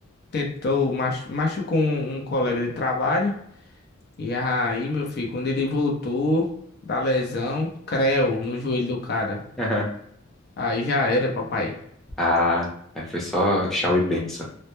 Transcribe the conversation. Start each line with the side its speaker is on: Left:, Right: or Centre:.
Left: tentou, machu- machucou um, um colega de trabalho. E aí, meu filho, quando ele voltou da lesão, creu no joelho do cara.
Centre: <laughs>
Left: Aí já era, papai.
Centre: Ah, é, foi só Shaw e Benção.